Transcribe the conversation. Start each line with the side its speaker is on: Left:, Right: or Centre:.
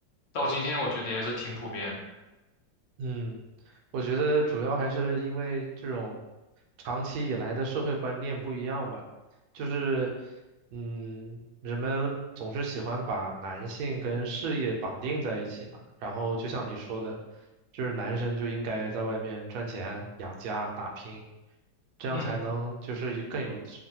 Left: 到今天我觉得也是挺普遍的。
Right: 嗯，我觉得主要还是因为这种长期以来的社会观念不一样吧，就是嗯，人们总是喜欢把男性跟事业绑定在一起嘛，然后就像你说的，就是男生就应该在外面赚钱、养家、打拼，这样才能就是有更有
Left: 嗯